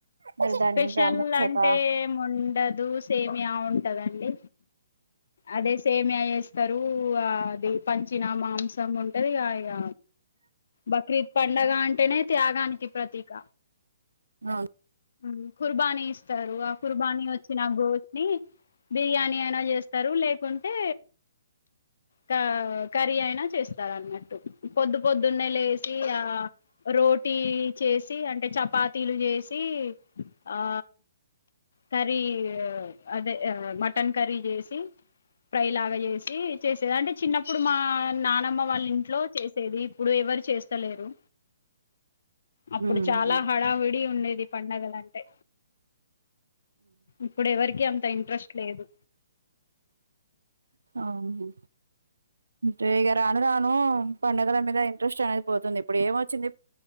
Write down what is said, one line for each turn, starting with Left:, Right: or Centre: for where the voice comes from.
Right: మరి
Left: స్పెషల్
Right: దాని ప్రాముఖ్యత
Left: అంటే ఏం ఉండదు. సేమ్యా ఉం టదండి అదే సేమ్యా ఎస్ త్తరు ఆది పచినా మాంసం ఉంటది. ఇగ ఇగ బక్రీద్ పండగ అంటేనే త్యాగానికి ప్రతీక
Right: అవున్
Left: హ్ కుర్బాని స్ త్తరు ఆ కుర్బానీ వచ్చిన గోట్ని బిర్యానీ అయినా జేస్తారు లేక్ కుంటే కా కర్రీ అయినా చేస్తారాన్నట్టు పొద్దు పొద్దున్నే లేసి సి ఆ రోటీ చేసి అంటే చపాతీలు జెస్ సి ఆ కర్రీ ఆ అదే ఆ మటన్ కర్రీ జేసి, ప్రై లాగా జేసి చేసేద్. అంటే చిన్నప్పుడు మా నానమ్మ వాళ్ళ ఇంట్లో చేసేది. ఇప్పుడు ఎవరు చేస్తలేరు అప్పుడు
Right: ఉమ్
Left: చాలా హడావిడి ఉండేది పండగలంటే ఇప్పుడు ఎవరికి అంత ఇంట్రెస్ట్ లేదు
Right: అవును ంతేగా రాను రాను పండగల మీద ఇన్ ట్రెస్ట్ అనేది పోతుంది. ఇప్పుడు ఏమోచ్చింది